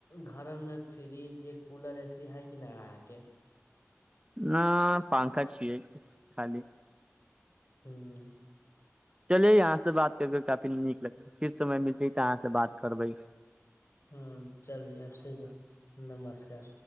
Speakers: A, on the left; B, on the right.
A: گھر میں فریجیا کولر ای سے ہے کہ نا ا کے
B: نہ پنکھا چ ہے خالی
A: ہوں
B: چلے یہاں سے بات کر کے کافی نک لگ پھر سمئے ملتے ہے تو یہاں سے بات کربی
A: ہوں چلیے آپ سےھر بھی نمسکار